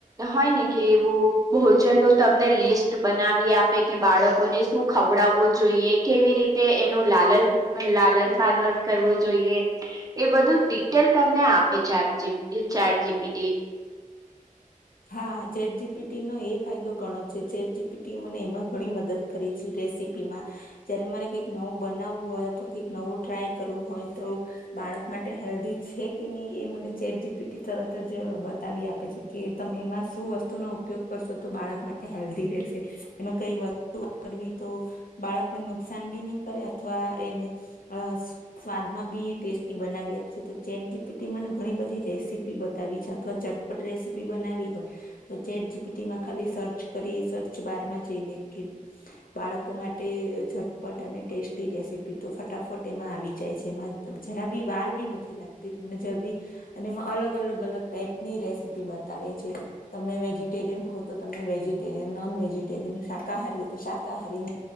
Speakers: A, on the right; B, on the left.
A: હોય ને કે એવું ભોજન નું તમને લિસ્ટ બનાવી આપે કે બાળકોને શું ખવ ડાવવું જોઈએ કેવી રીતે એનું લાલન લાલન પાનન કરવું જોઈએ એ બધું ડિટેલ તમને આપ એ chat G P T chat G P T.
B: હા ચેટ જી પી ટી નો એ ફાયદો ઘણો છે ચેટ જી પી ટી મને એમાં ઘણી મદદ કરે છે રેસીપી માં. જયારે મારે કઈક નવું બનાવવું હોય અથવા કઈક નવું ટ્રાય કરવું હોય તો બાળક માટે હેલ્ધી છે કે નહિં એ મને ચેટ જી પી ટી તરત જ બતાવી આપે છે કે તમે એમાં શું વસ્તુનો ઉપયોગ કરશો તો બાળક માટે હેલ્ધી રહેશે એમાં કઈ વસ્તુ કરવી તો બાળકને નુકસાન બી નહી કરે અથવા એને આ સ સ્વાદમાં બી ટેસ્ટી બનાવી આપશે તો ચેટ જી પી ટી મને ઘણી બધી રેસીપી બ તાવી છે અથવા ઝટપટ રેસીપી બનાવી હોય તો ચેટ જીપીટીમાં ખાલી સર્ચ કરી સર્ચ બારમાં જઈને કે બાળકો માટે ઝટપટ અને ટેસ્ટી રેસીપી તો ફટાફટ એમાં આવી જાય છે એમાં જરા બી વાર બી નથી લાગતી તમને જલ્દી અને એમાં અલગ અલગ અલગ ટાઈપની રેસીપી બતાવે છે. તમે વેજીટેરિયન હોવ તો તમને વેજીટેરિયન નોન વેજીિટેરિયન શાકાહારી તો શાકાહારી